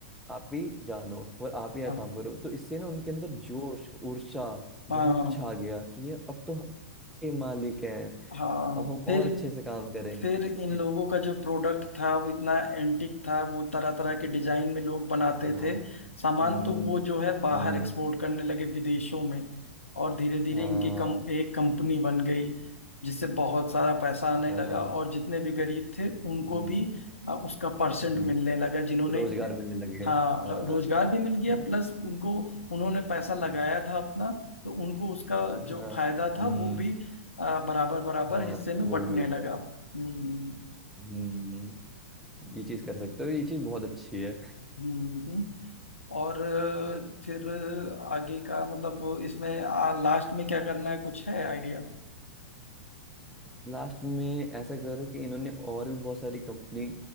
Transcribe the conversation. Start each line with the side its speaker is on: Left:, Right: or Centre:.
Centre: आप ही जानो और आप ही यहाँ
Left: हाँ
Centre: काम करो तो इससे ना उनके अंदर जोश ऊर्जा
Left: हाँ
Centre: बहुत कुछ आ गया कि ये अब तो हम के मालिक हैं
Left: हाँ
Centre: अब हम
Left: फिर
Centre: और अच्छे से काम करेंगे
Left: फिर
Centre: ये
Left: इन
Centre: चीज़-
Left: लोगों का जो प्रोडक्ट था वो इतना एंटिक था वो तरह तरह
Centre: हम्म,
Left: के डिजाइन में लोग बनाते
Centre: हाँ
Left: थे सामान
Centre: हम्म
Left: तो वो जो है बाहर
Centre: हम्म
Left: एक्सपोर्ट करने लगे विदेशों में और धीरे धीरे
Centre: हाँ
Left: इनकी कम एक कंपनी बन गई जिससे बहुत सारा पैसा आने
Centre: हाँ
Left: लगा
Centre: हाँ,
Left: और जितने भी गरीब थे उनको
Centre: हम्म
Left: भी अ, उसका परसेंट
Centre: हम्म,
Left: मिलने लगा जिन्होंने
Centre: रोजगार
Left: अ,
Centre: मिलने लग गया
Left: हाँ
Centre: हाँ
Left: र- रोजगार भी मिल गया
Centre: हम्म,
Left: प्लस उनको उन्होंने पैसा लगाया
Centre: हम्म,
Left: था अपना तो उनको उसका जो
Centre: हाँ
Left: फायदा था
Centre: हम्म
Left: वो भी अ, बराबर बराबर
Centre: हाँ
Left: हिस्से में
Centre: वो
Left: बंटने
Centre: भी मिल
Left: लगा
Centre: गया
Left: हम्म
Centre: हम्म ये चीज कर सकते हो ये चीज बहुत अच्छी है
Left: हम्म, हम्म। और अ, फिर अ, आगे का मतलब इसमें आ, लास्ट में क्या करना है कुछ है आइडिया
Centre: लास्ट में ऐसा करो कि इन्होंने और भी बहुत सारी कंपनी